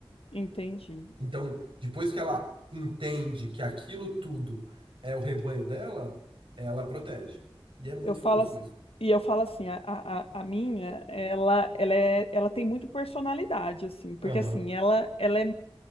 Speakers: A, on the left; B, on the right.
A: entendi.
B: Então, depois que ela entende que aquilo tudo é o rebanho dela, ela protege. E é muito
A: Eu falo,
B: fofo
A: ass-
B: isso.
A: e eu falo assim, a, a, a a minha, ela, ela, é, ela tem muito personalidade, assim, porque
B: Aham.
A: assim, ela, ela é